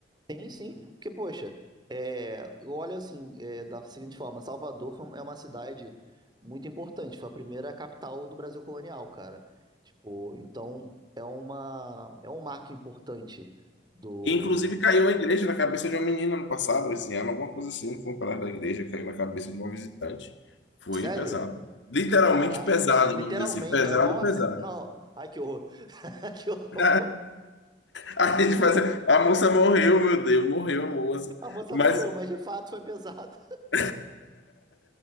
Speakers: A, on the right; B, on the left.
A: Sim, sim, porque, poxa, é, eu assim, é, da seguinte forma, Salvador foi- um, é uma cidade muito importante, foi a primeira capital do Brasil colonial, cara. Tipo, então é uma, é um marco importante do...
B: E, Inclusive caiu a igreja na cabeça de uma menina no passado, esse ano, alguma coisa assim, foi um pedaço da igreja, caiu na cabeça de uma visitante. Foi
A: Sério?
B: pesado. Literalmente
A: Caraca,
B: pesado,
A: literalmente,
B: vamos dizer assim, pesado,
A: é, nossa,
B: pesado.
A: não, ai que horror, <laughs> que horror,
B: <laughs> A
A: literal,
B: gente fazia, a moça morreu, meu Deus, morreu a moça.
A: a moça
B: Mas
A: morreu, mas de fato foi pesado.
B: <laughs>